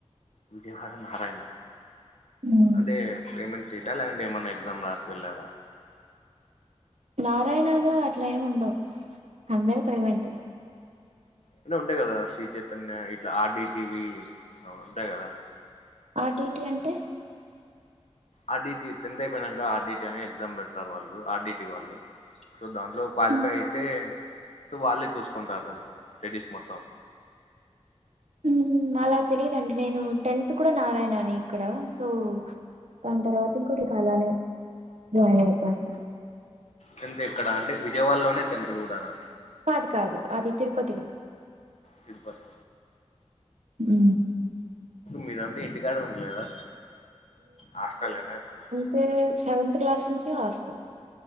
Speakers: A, on the left (about 80°); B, on the right (about 80°).
A: విజయవాడ నారాయణ
B: హ్మ్.
A: అంటే ఏమెంట్ సీట్ ఆ లేకంటే ఏమైన్నా ఎగ్జామ్ రాసి వెళ్ళారా
B: నారాయణలో అట్లా ఏమి ఉండవు అందరు పేమెంటే
A: అంటే ఉంటాయి కదా శ్రీ చైతన్య ఇట్లా ఆర్డీటివి ఉంటాయి కదా
B: ఆర్ డి టీ అంటే
A: ఆర్డటి టెన్త్ అయిపోయినక ఆర్డటి అని ఎగ్జామ్ పెడతారు వాళ్ళు ఆర్డీటి వాళ్ళు సో దాంట్లో క్వాలిఫై
B: హ్మ్.
A: అయితే సో వాళ్ళే చూసుకుంటారు స్టడీస్ మొత్తం
B: ఉమ్ అలా తెలీదండి నేను టెన్త్ కూడా నారాయణ నే ఇక్కడ సో దాని తర్వాత ఇంకోటిక అలానే జాయిన్ అయిపోయాను
A: టెన్త్ ఎక్కడా అంటే విజయవాడలోనే టెన్త్ కూడానా
B: కాదు కాదు అది తిరుపతిలో.
A: తరుపత్
B: ఊ
A: మీదంటే ఇంటికాడ ఉండలేదా హాస్టలేనా ఎప్పుడు
B: తే సెవెంత్ క్లాస్ నుంచి హాస్టల్